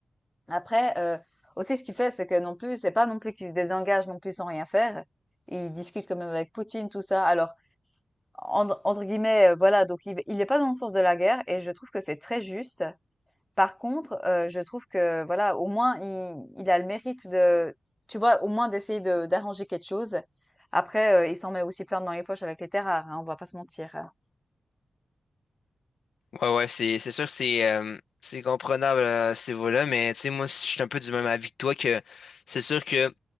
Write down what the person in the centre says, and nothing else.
Après, euh, aussi ce qu'il fait, c'est que non plus, c'est pas non plus qu'il se désengage non plus sans rien faire. Il discute quand même avec Poutine, tout ça. Alors, entre, entre guillemets, euh, voilà, donc il, il est pas dans le sens de la guerre, et je trouve que c'est très juste. Par contre, heu, je trouve que voilà, au moins il il a le mérite de tu vois, au moins d'essayer de d'arranger quelque chose. Après, heu, il s'en met aussi plein dans les poches avec les terres rares, hein, on va pas se mentir, hein.